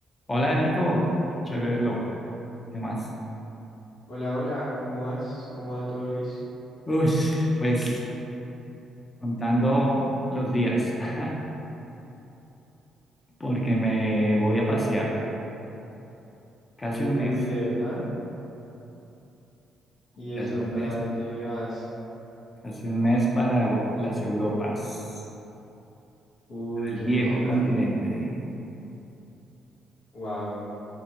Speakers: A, on the left; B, on the left.
A: Hola Nico, chévere verlo. ¿Qué más?
B: Hola, hola, ¿cómo vas? ¿Cómo va todo, Luis?
A: Uy, pues contando los días, <laughs> porque me voy a pasear casi
B: Uy,
A: un mes,
B: ¿de verdad? ¿Y
A: casi
B: eso
A: un
B: para
A: mes,
B: dónde vas?
A: casi un mes para Eu- las Europas,
B: Uy,
A: el
B: qué
A: viejo
B: emocionante.
A: continente.
B: Wow.